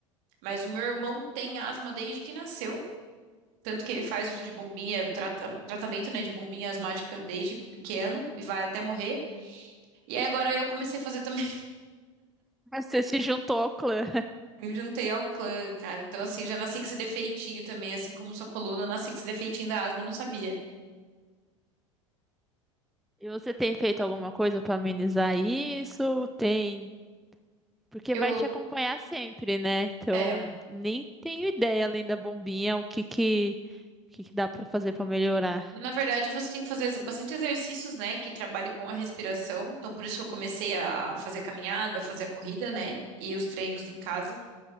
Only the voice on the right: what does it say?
Mas o meu irmão tem asma desde que nasceu. Tanto que ele faz uso de bombinha, trata- tratamento, né, de bombinha asmática desde pequeno e vai até morrer. E aí agora eu comecei a fazer também.
Eu juntei ao clã, cara. Então, assim, já nasci com esse defeitinho também, assim como sua coluna, eu nasci com esse defeitinho da asma, eu não sabia.
Eu,
é,
na verdade, você tem que fazer ex- bastante exercícios, né, que trabalhe com a respiração. Então, por isso que eu comecei a fazer a caminhada, fazer a corrida, né, e os treinos em casa,